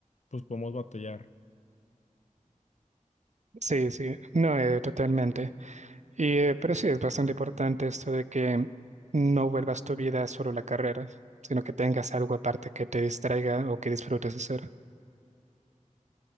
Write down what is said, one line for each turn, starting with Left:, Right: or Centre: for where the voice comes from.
Left: pues podemos batallar.
Right: sí, sí, no, eh, totalmente. Y, eh, pero sí, es bastante importante esto de que no vuelvas tu vida solo la carrera, sino que tengas algo aparte que te distraiga o que disfrutes hacer.